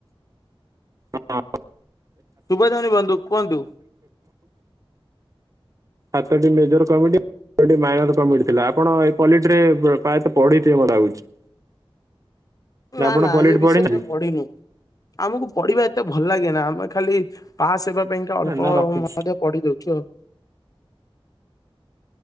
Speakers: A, on the right; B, on the left.
A: ହଁ।
B: ସୁବା ଯାଉନି ବନ୍ଧୁ କୁଅନ୍ତୁ।
A: ଆଠଟି ମେଜର କମିଟି ଗୋଟେ ମାଇନର କମିଟି ଥିଲା ଆପଣ ଏ ପଲିଟି ରେ ପ୍ର-ପ୍ରାୟତଃ ପଢ଼ିଥିବେ ମତେ ଲାଗୁଛି।
B: ନା
A: ଆପଣ
B: ନା
A: ପଲିଟି
B: ଏଇ ବିଷୟରେ
A: ପଢ଼ିନାହାନ୍ତି
B: କାଇଁ ପଢ଼ିନି ଆମକୁ ପଢ଼ିବା ଏତେ ଭଲ୍ ଲାଗେନ୍ ନା ଆମେ ଖାଲି ପାସ୍ ହେବା ପାଇଁକା ଅଳ୍ପ
A: ନା ରଖୁଛି
B: ମଧ୍ୟ ପଢ଼ି ଦଉଛୁ ଆଉ।